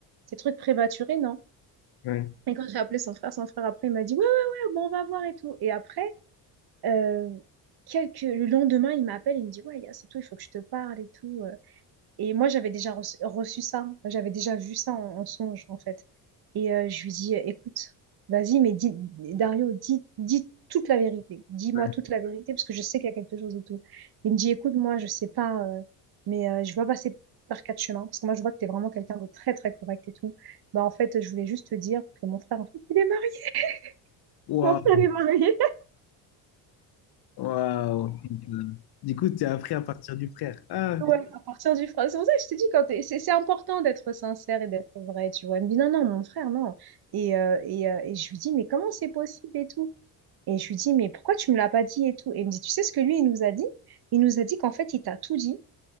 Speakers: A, on the right; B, on the left.
A: Ces trucs prématurés, non.
B: ouais.
A: Et quand j'ai appelé son frère, son frère, après, il m'a dit, ouais, ouais, ouais, bon, on va voir et tout. Et après, euh, quelques... le lendemain, il m'appelle, il me dit, ouais, Yas, c'est tout, il faut que je te parle et tout. euh. Et moi, j'avais déjà reçu, reçu ça, Enfin, j'avais déjà vu ça en, en songe, en fait. Et euh, je lui dis, écoute, vas-y, mais dis, Dario, dis, dis toute la vérité. Dis-moi
B: ouais.
A: toute la vérité, parce que je sais qu'il y a quelque chose et tout. Il me dit, écoute, moi, je sais pas, euh, mais euh, je vois passer par quatre chemins, parce que moi, je vois que t'es vraiment quelqu'un de très, très correct et tout. Bah, en fait, je voulais juste te dire que mon frère, en fait, il est marié. <laughs>
B: Waouh,
A: Mon frère est marié.
B: waouh. Du coup, t'es appris à partir du frère. Ah,
A: Ouais,
B: putain.
A: à partir du français. C'est pour ça que je te dis, quand t'es- c'est c'est important d'être sincère et d'être vrai, tu vois. Elle me dit, non, non, mon frère, non. Et, euh, et, euh, et je lui dis, mais comment c'est possible et tout? Et je lui dis, mais pourquoi tu me l'as pas dit et tout? Et il me dit, tu sais ce que lui, il nous a dit? Il nous a dit qu'en fait, il t'a tout dit,